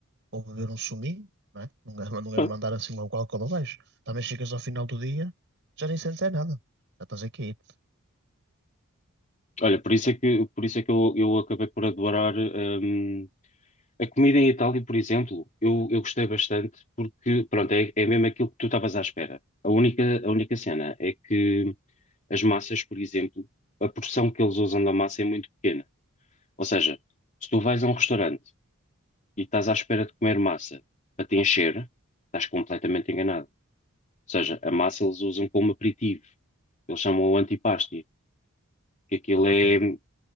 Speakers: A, on the right; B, on the left.
A: ou beber um suminho, não é? Não é, <laughs> não
B: pá,
A: é mandar assim logo álcool abaixo. Também chegas ao final do dia, já nem sentes é nada. Já estás aqui,
B: Olha, por isso é que, por isso é que eu, eu acabei por adorar, ahm, a comida em Itália, por exemplo, eu, eu gostei bastante porque, pronto, é, é mesmo aquilo que tu estavas à espera. A única, a única cena é que As massas, por exemplo, a porção que eles usam da massa é muito pequena. Ou seja, se tu vais a um restaurante e estás à espera de comer massa para te encher, estás completamente enganado. Ou seja, a massa eles usam como aperitivo. Eles chamam-o antipasti, que aquilo
A: então é uma
B: é,
A: pena.